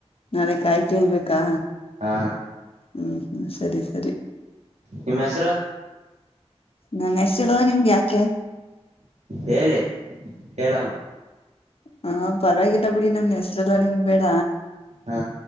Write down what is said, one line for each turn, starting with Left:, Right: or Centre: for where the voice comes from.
Left: ನಾಳೆ ಕಾಯಿ ಕಿಲ್ಲಬೇಕಾ?
Right: ಹಾ
Left: ಹ್ಮ್ ಹ್ಮ ಸರಿ ಸರಿ.
Right: ನಿಮ್ಮ್ ಹೆಸರು
Left: ನನ್ನ <inaudible> ಯಾಕೆ?
Right: ಹೇಳಿ ಹೇಳಮ್ಮ
Left: ಹ ಪರವಾಗಿಲ್ಲ ಬಿಡಿ ನಮ್ ಹೆಸರೆಲ್ಲ ನಿಮ್ಗ ಬೇಡ.
Right: ಹಾ